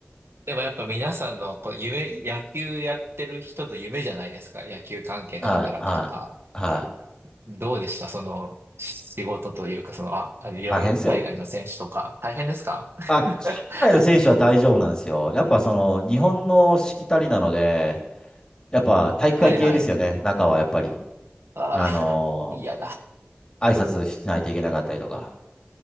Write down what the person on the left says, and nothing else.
はい、はい、はい。
大変ですよ。
あ、海外の選手は大丈夫なんですよ。やっぱその、日本のしきたりなので、やっぱ体育会系ですよね、
中はやっぱり。
あのー
挨拶しないといけなかったりとか。